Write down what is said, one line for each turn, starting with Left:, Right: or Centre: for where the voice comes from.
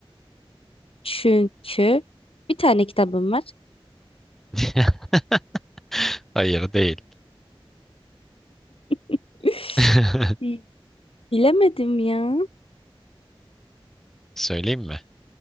Left: Çünkü bir tane kitabım var.
Centre: <laughs> Hayır değil.
Left: <laughs>
Centre: <laughs>
Left: Bi- Bilemedim ya.
Centre: Söyleyeyim mi?